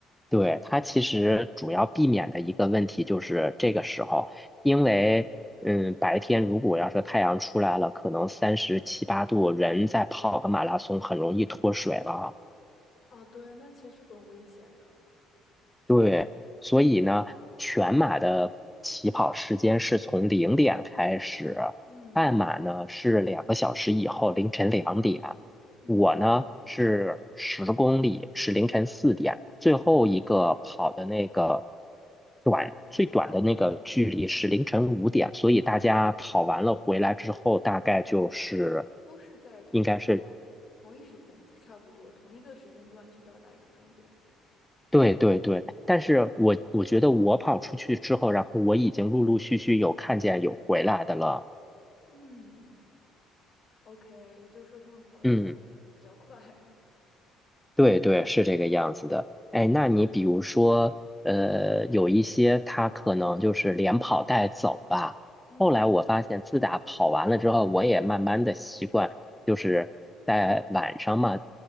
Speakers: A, in the centre; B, on the left.
A: 对。它其实主要避免的一个问题就是这个时候，因为嗯，白天如果要是太阳出来了，可能三十七八度，人再跑个马拉松很容易脱水了。
B: 哦，对，那其实很危险的。
A: 对，所以呢，全马的起跑时间是从零点开始，
B: 嗯
A: 半马呢是两个小时以后凌晨两点，
B: 嗯
A: 我呢是十公里是凌晨四点，最后一个跑的那个
B: 嗯。
A: 短最短的那个距离是凌晨五点，所以大家跑完了回来之后，大概就是
B: 都是在同一个
A: 应该是
B: 同一时间，差不多同一个时间段去到达一个终点。
A: 对对对，但是我我觉得我跑出去之后，然后我已经陆陆续续有看见有回来的了。
B: 嗯，OK，也就是说他们跑得比较快。
A: 嗯，对对，是这个样子的。哎，那你比如说，呃，有一些他可能就是连跑带走吧。
B: <laughs> 嗯
A: 后来我发现，自打跑完了之后，我也慢慢的习惯，就是在晚上嘛，